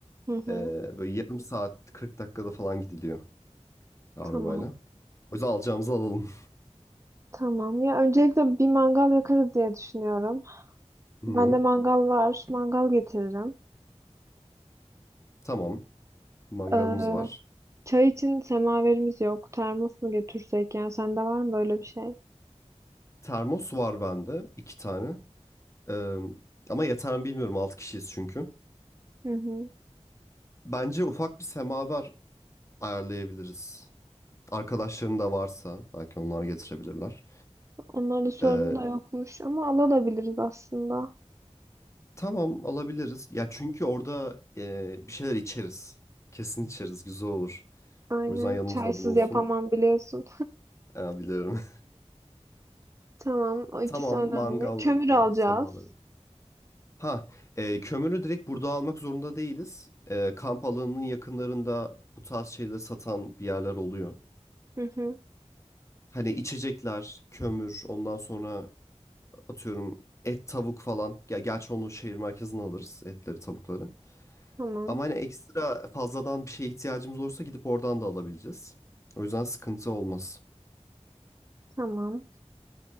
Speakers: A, on the right (about 25°); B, on the left (about 25°).
A: Hı hı.
B: Ee, böyle yarım saat 40 dakikada falan gidiliyor arabayla.
A: Tamam.
B: O yüzden alacağımızı alalım.
A: Tamam. Ya öncelikle bir mangal yakarız diye düşünüyorum.
B: <laughs> Hı
A: Bende
B: hı.
A: mangal var. Mangal getiririm.
B: Tamam. Mangalımız
A: Ee,
B: var.
A: çay için semaverimiz yok. Termos mu getirsek? Yani sende var mı böyle bir şey?
B: Termos var bende. iki tane. Ee, ama yeter mi bilmiyorum. Altı kişiyiz çünkü.
A: Hı hı.
B: Bence ufak bir semaver ayarlayabiliriz. Arkadaşların da varsa belki onlar getirebilirler.
A: Onlara da sordum
B: Ee,
A: da yokmuş ama alabiliriz aslında.
B: tamam alabiliriz. Ya çünkü orada e, bir şeyler içeriz. Kesin içeriz. Güzel olur.
A: Aynen.
B: O yüzden yanımızda
A: Çaysız
B: bulunsun.
A: yapamam biliyorsun.
B: Ee, biliyorum.
A: <laughs> Tamam.
B: <laughs>
A: O ikisi
B: Tamam
A: önemli.
B: mangal
A: Kömür
B: okey.
A: alacağız.
B: Semaver. Ha e, kömürü direkt burada almak zorunda değiliz. E, kamp alanının yakınlarında bu tarz şeyleri satan bir yerler oluyor.
A: Hı hı.
B: Hani içecekler, kömür, ondan sonra atıyorum et, tavuk falan. Ya gerçi onu şehir merkezine alırız etleri, tavukları.
A: Tamam.
B: Ama hani ekstra fazladan bir şeye ihtiyacımız olursa gidip oradan da alabileceğiz. O yüzden sıkıntı olmaz.
A: Tamam.